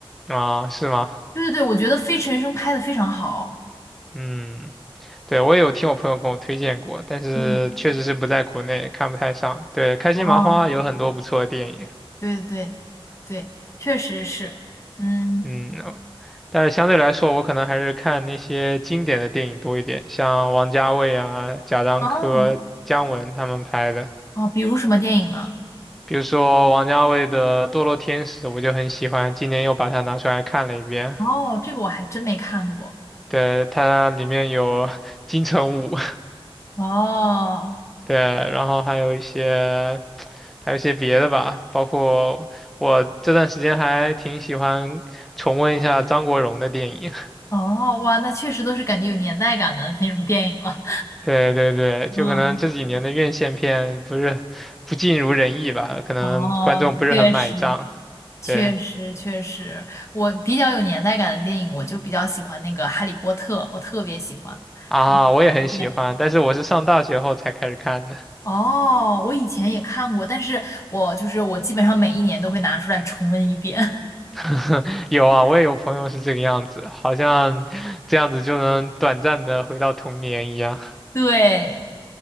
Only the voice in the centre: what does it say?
啊，是吗？
嗯，对，我也有听我朋友跟我推荐过，但是确实是不在国内看不太上。
对，开心麻花有很多不错的电影。
嗯，呃但是相对来说，我可能还是看那些经典的电影多一点，像王家卫啊、贾樟柯、
姜文他们拍的。
比如说王家卫的《堕落天使》，我就很喜欢，今年又把它拿出来看了一遍。
对，它里面有 <laughs> 金城武，
<laughs> 对，然后还有一些还有一些别的吧，包括我这段时间还挺喜欢重温一下张国荣的电影。
对对对，就可能这几年的院线片不是不尽如人意吧，
可能观众不是很买账。
对
啊，我也很喜欢，但是我是上大学后才开始看的。
<laughs> 有啊，我也有朋友是这个样子，好像这样子就能短暂的回到童年一样。